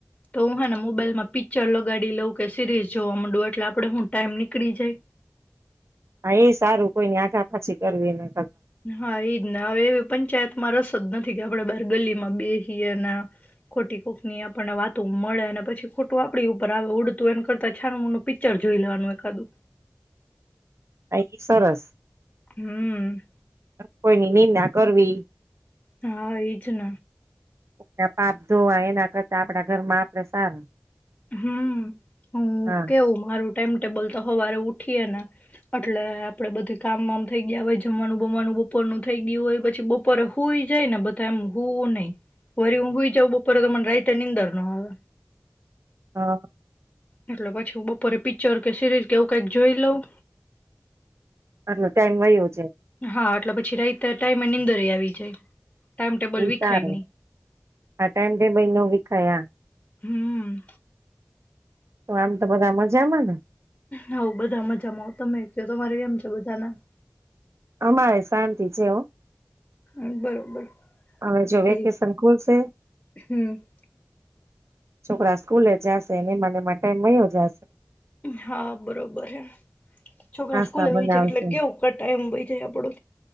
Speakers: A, on the left (about 25°); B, on the right (about 65°).
A: તો હું હેને મોબાઈલમાં પિક્ચર લગાડી લઉં કે સિરીઝ જોવા મંડુ એટલે આપડે હું ટાઈમ નીકળી જાય.
B: હા, એ સારું કોઈ ની આગા પાછી કરવી નઈ.
A: હા, એજ ન હવે એ પંચાયતમાં રસ નથી કે આપણે બાર ગલીમાં બેસીએ ને અને ખોટી કોકની આપણને વાતો મળે અને પછી ખોટું આપણી ઉપર આવે ઉડતું એન કરતા છાન મોનું પિક્ચર જોઈ લેવાનું એકાદું
B: હા સરસ.
A: હમ.
B: કોઈની નિંદા કરવી.
A: હા, એજ ન.
B: કોક ના પાપ ધોવા એના કરતા આપણા ઘર માં આપડે સારું.
A: હમ, હું
B: હા
A: કેવું મારું. ટાઈમ ટેબલ તો સવારે ઉઠીએ ને એટલે આપણે બઘી કામ વામ થઈ ગયા હોય. જમવાનું બમવાનું બપોરનું થઈ ગયું હોય. પછી બપોરે હુઈ જાય ને બધા એમ હુ હુઈ નહી વરી હું ઊંઘી જાવ બપોરે તો મને રાઈતે નીંદર નો આવે
B: હા.
A: એટલે પછી હું બપોરે પિક્ચર કે સિરીઝ કે એવું કઈક જોઈ લઉં.
B: અટલ ટાઈમ વયો જાઈ
A: હા એટલે પછી રાયત ના ટાઈમે નીંદર એ આવી જાય. ટાઈમ ટેબલ
B: એ
A: વિખાય
B: સારું
A: નહી
B: આ ટાઈમ બે મહીનો બી ખાયા.
A: હમ.
B: તો આમ તો બધા મજામાં ને.
A: હવ બધા મજામાં. તમે ક તમારે એમ છે બધાના.
B: અમારે શાંતિ છે હો
A: હ બરોબર.
B: હવે જો
A: ખાલી
B: વેકેશન ખુલશે.
A: હમ
B: છોકરા સ્કૂલે જાશેને એમાંને માંટે મળયો જશે.
A: હા બરોબર હ છોકરા
B: નાસ્તા
A: સ્કૂલ ની
B: બનાવશું
A: જાય એટલે કેવું ક ટાઈમ બઈ જાય આપડો.